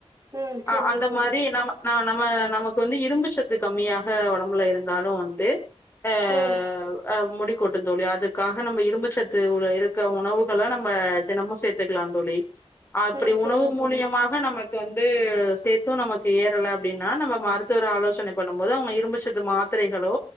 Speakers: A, on the right (about 30°); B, on the left (about 20°).
A: ம் சரிங்க
B: ஆ அந்த
A: தோழி
B: மாரி நம்ம நா நம்ம நமக் வந்து இரும்பு ஷத்து கம்மியாஹ ஒடம்புல இருந்தாலு வந்து அ
A: ம்
B: அ முடிகொட்டுந்தோழி அதுக்காஹ நம்ப இரும்புச்சத்து உள்ள எல் க உணவுகள நம்ப தினமு சேத்துக்கலா தோழி ஆப்டி
A: ம்
B: உணவு
A: சரிங்க
B: மூலியமா
A: தோழி
B: ந நமக்கந்து சேத்தூ நமக் ஏறல அப்டின்னா நம்ம மருத்துவர் ஆலோசனை பண்ணும் போது அவ்ங்க இரும்புச்சத்து மாத் திரைகளோ